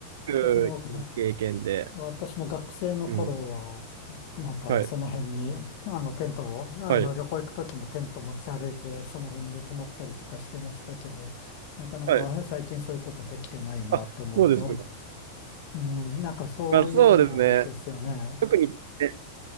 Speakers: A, on the right (about 75°); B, on the left (about 45°).
A: すごくいい経験で、
B: 私も、私も学生の頃は、
A: うん。
B: なんかその辺に、
A: はい、
B: あのテントを、あの旅行行く時もテント持ち歩いて、
A: はい、
B: その辺に泊まったりとかしてましたけど、なかなか最近そういうことできてないなって思うと、
A: はい。あ、そうですか。
B: うん、なんかそういうのはいいですよね。
A: まあ、そうですね。特に、え